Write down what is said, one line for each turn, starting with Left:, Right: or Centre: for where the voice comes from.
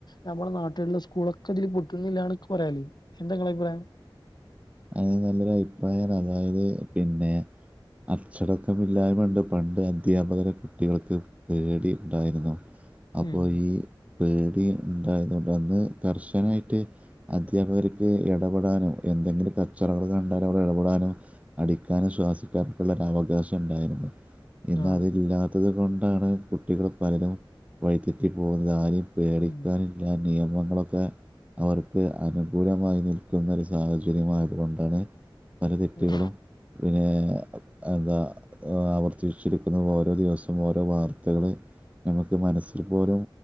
Left: നമ്മുടെ നാട്ടിലുള്ള സ്കൂളൊക്കെ ഇതില് പൊട്ടുന്നില്ലന്ന് പറയാല് എന്ത നിങ്ങളെ അഭിപ്രായം
Right: ആഹ് നല്ലൊരു അഭിപ്രായം അതായത് പിന്നെ അച്ചടക്കമില്ലായ് ഉണ്ട് പണ്ട് അന്ധ്യാപകരെ കുട്ടികൾക്ക് പേടി ഉണ്ടായിരുന്നു അപ്പോൾ
Left: ഉം
Right: ഈ പേടി ഉണ്ടായിരുന്നുണ്ട് അന്ന് കർശനായിട്ട് അധ്യാപകർക്ക് ഇടപെടാനോ എന്തെങ്കിലും കച്ചറകൾ കണ്ടാലും അവിടെ ഇടപെടാനോ അടിക്കാനും ശാസിക്കാനൊക്കുള്ള ഒരു അവകാശം ഉണ്ടായിരുന്നു ഇന്ന്
Left: ആഹ്
Right: അതില്ലാത്തത് കൊണ്ടാണ് കുട്ടികൾ പലരും വഴിത്തെറ്റി പോകുന്നത് ആരും പേടിക്കാനും
Left: ഉം
Right: ഇല്ലാ നിയമങ്ങളൊക്കെ അവർക്ക് അനുകൂലമായി നിൽക്കുന്നൊ ഒരു സാഹചര്യമായി അതുകൊണ്ടാണ് പല തെറ്റുകളും
Left: ഉം
Right: പിന്നെ എന്താ ആവർത്തിച്ചിരിക്കുന്നത് ഓരോ ദിവസം ഓരോ വാർത്തകൾ നമുക്ക് മനസ്സിൽ പോലും